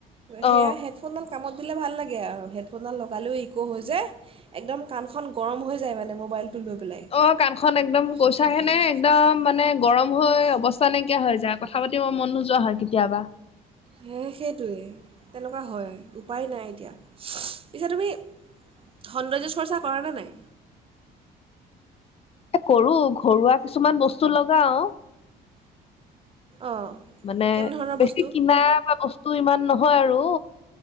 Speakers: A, on the right; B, on the left.
A: সেয়া
B: অ
A: হেডফোনডাল কামত ভাল লাগে আৰু হেডফোন ডাল লগালেও ইকৌ হৈ যায় একদম কাণখন গৰম হৈ যাই মানে মবাইল টো লৈ। পেলাই
B: অ কাণ খন একদম কৈছা
A: কথা পাতিলে
B: হে নে একদম মানে গৰম অৱস্থা নাইকিয়া যায়। কথা পাতিবৰ মন নোযোৱা হয় কেতিয়াবা।
A: হে সেইটোৱেই তেনেকুৱা হয় উপায় নাই এতিয়া। পিছে তুমি সৌন্দৰ্য চৰ্চা কৰা নে নাই?
B: এ কৰো ঘৰুৱা কিছুমান বস্তু লগাও
A: অঁ
B: মানে
A: কেনেধৰণৰ
B: বেছি
A: বস্তু
B: কিনা বা বস্তু তটো ইমান নহয় আৰু